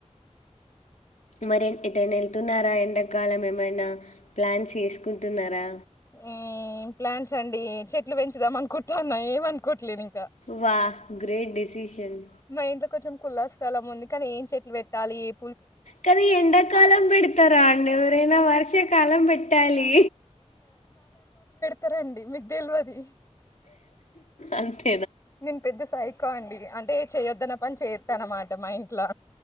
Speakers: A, on the left; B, on the left.
A: మరి ఎటైనా వెళ్తున్నారా ఎండాకాలం ఏమైనా ప్లాన్స్ చేసుకుంటున్నారా
B: ఏ ఏం ప్లాన్స్ అండి చెట్లు పెంచుదాం అనుకుంటాన్నా ఏమ్ అనుకోట్లే ఇం
A: వా గ్రేట్ డిసిషన్
B: మా ఇంట్లో కొంచెం కుల్లా స్థలం ఉంది కానీ ఏం చెట్లు పెట్టాలి ఏం
A: కనీ ఎండాకాలం పెడతారా అండి ఎవరైనా వర్షకాలం పెట్టాలి
B: తరండి మీక్ తెల్వది
A: అంతే
B: నిన్ పెద్ద సాయికి కోండి అన్ అదే చేయొద్దన పని చే కనమాట మా ఇంట్లా